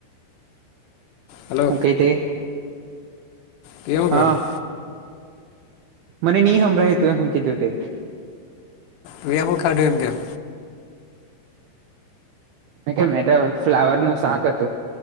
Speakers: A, on the left; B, on the right.
A: હલો
B: હું કઈ તે.
A: તુંએ હું
B: હા
A: ખાધું
B: મને ની હાભળાયે તું એ હું કીધું તે.
A: રુઈયા હું ખાડું એમગેલ
B: મે કે મેતો ફ્લાવર નું શાક હતું